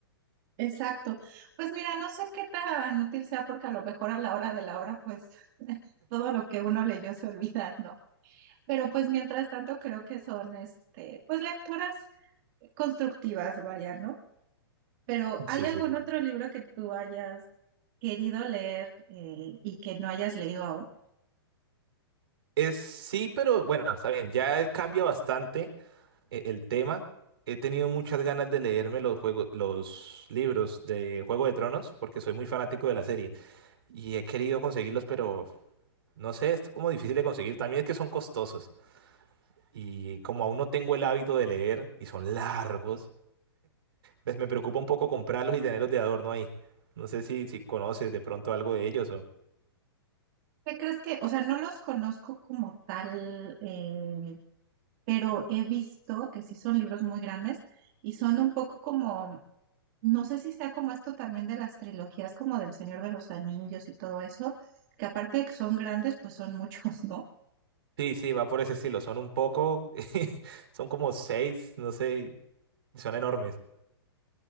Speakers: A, on the right; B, on the right.
A: Exacto. Pues mira, no sé qué tan útil sea porque a lo mejor a la hora de la hora, pues <laughs> todo lo que uno leyó se olvida, ¿no? Pero pues mientras tanto creo que son este, pues lecturas constructivas, vaya, ¿no? Pero ¿hay
B: Sí,
A: algún
B: sí, sí,
A: otro
B: sí.
A: libro que tú hayas querido leer eh, y que no hayas leído aún?
B: Es sí, pero bueno, está bien, ya cambia bastante eh, el tema. He tenido muchas ganas de leerme los juegos, los libros de Juego de Tronos, porque soy muy fanático de la serie y he querido conseguirlos, pero no sé, es como difícil de conseguir. También es que son costosos y como aún no tengo el hábito de leer y son largos, Pues me preocupa un poco comprarlos y tenerlos de adorno ahí. No sé si, si conoces de pronto algo de ellos o...
A: ¿Qué crees que, o sea, no los conozco como tal, eh, pero he visto que sí son libros muy grandes y son un poco como, no sé si sea como esto también de las trilogías como del Señor de los Anillos y todo eso, que aparte de que son grandes, pues son muchos, ¿no?
B: Sí, sí, va por ese estilo. Son un poco... <laughs> Son como seis, no sé, y son enormes.